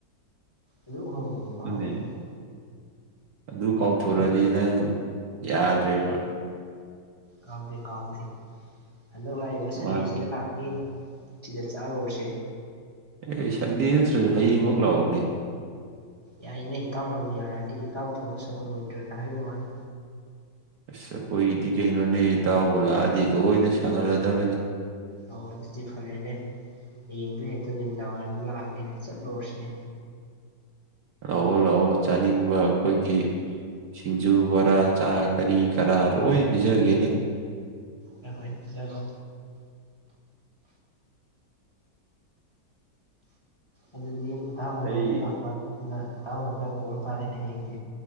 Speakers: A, on the left; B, on the right.
A: ꯑꯗꯨꯛ ꯍꯥꯎ <unintelligible>
B: ꯑꯗꯨꯅꯦ
A: ꯃꯍꯥꯎꯗꯨꯕꯨ
B: ꯑꯗꯨ ꯀꯥꯎꯊꯣꯔꯛꯑꯗꯤ ꯅꯪ ꯌꯥꯗ꯭ꯔꯦꯕ
A: ꯀꯥꯎꯗꯦ ꯀꯥꯎꯗꯦ ꯍꯟꯗꯛ ꯂꯥꯛꯏꯕ
B: ꯃꯥꯅ
A: ꯁꯟꯗꯦꯁꯤꯗ ꯂꯥꯛꯀꯦ ꯁꯤꯗ ꯆꯥꯥꯔꯨꯔꯁꯦ
B: ꯑꯦ ꯁꯟꯗꯦ ꯅꯠꯇ꯭ꯔꯁꯨ ꯍꯌꯦꯡꯃꯛ ꯂꯥꯛꯎꯅꯦ
A: ꯌꯥꯏꯅꯦ ꯏꯇꯥꯎꯅꯕꯨ ꯌꯥꯔꯗꯤ ꯏꯇꯥꯎ ꯊꯕꯛ ꯁꯪꯉꯝꯃꯣꯏꯗ꯭ꯔꯅ ꯍꯥꯏꯕꯩ ꯋꯥꯅꯤ
B: ꯢꯁ ꯑꯩꯈꯣꯏꯒꯤꯗꯤ ꯀꯩꯅꯣꯅꯦ ꯏꯇꯥꯎꯕꯨ ꯂꯥꯛꯑꯗꯤ ꯂꯣꯏꯅ ꯁꯪꯍꯜꯂꯗꯕꯅꯤ
A: ꯑꯣ ꯑꯗꯨꯗꯤ ꯐꯔꯦꯅꯦ ꯍꯌꯦꯡꯗꯣ ꯍꯦꯛꯇ ꯅꯨꯃꯤꯗꯥꯡꯋꯥꯏꯔꯝꯗ ꯂꯥꯛꯑꯒꯦꯅꯦ ꯆꯠꯂꯨꯔꯣꯁꯤꯅꯦ
B: ꯂꯥꯛꯑꯣ ꯂꯥꯛꯑꯣ ꯆꯥꯅꯤꯡꯕ ꯑꯩꯈꯣꯏꯒꯤ ꯁꯤꯡꯖꯨ ꯕꯣꯔꯥ ꯆꯥ ꯀꯔꯤ ꯀꯔꯥ ꯂꯣꯏ ꯄꯤꯖꯒꯦꯅꯦ
A: <unintelligible> ꯄꯤꯖꯔꯣ ꯑꯗꯨꯗꯤ ꯏꯇꯥꯎ ꯍꯣꯏꯔꯣꯝꯗ
B: ꯑꯩ
A: ꯂꯥꯛꯄꯅꯤꯅ ꯏꯇꯥꯎꯅ ꯈꯔ ꯀꯣꯡ ꯇꯥꯔꯦꯅ ꯍꯌꯦꯡꯗꯤ